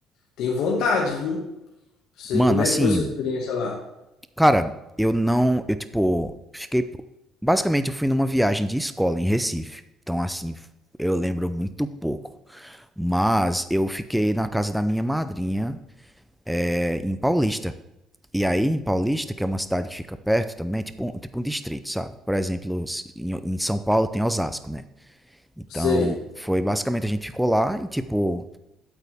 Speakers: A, on the left; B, in the centre.
A: Tenho vontade, viu? Sei.
B: Mano,
A: Como é
B: assim,
A: que foi sua experiência lá?
B: Cara, eu não, eu tipo, fiquei, basicamente eu fui numa viagem de escola em Recife. Então assim, eu lembro muito pouco. Mas eu fiquei na casa da minha madrinha, é, em Paulista. E aí em Paulista, que é uma cidade que fica perto também, tipo, um- tipo um distrito, sabe? Por exemplo, em, em São Paulo tem Osasco, né? Então,
A: Sei.
B: foi basicamente a gente ficou lá e tipo,